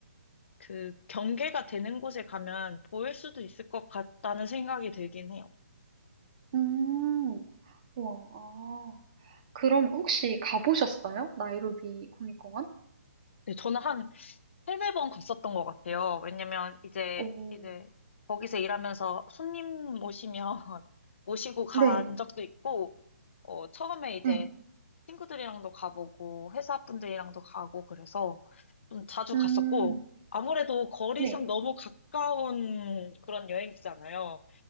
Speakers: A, on the left; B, on the right.
A: 그 경계가 되는 곳에 가면 보일 수도 있을 것 같다는 생각이 들긴 해요.
B: 음, 와, 아. 그럼 혹시 가보셨어요? 나이로비 국립공원?
A: 네, 저는 한 세네 번 갔었던 것 같아요. 왜냐면 이제
B: 오,
A: 이제 거기서 일하면서 손님 모시면 <laughs> 모시고 간
B: 네,
A: 적도 있고, 어 처음에 이제
B: 네.
A: 친구들이랑도 가보고 회사 분들이랑도 가고 그래서 좀 자주
B: 음.
A: 갔었고 아무래도 거리상
B: 네.
A: 너무 가까운 그런 여행지잖아요.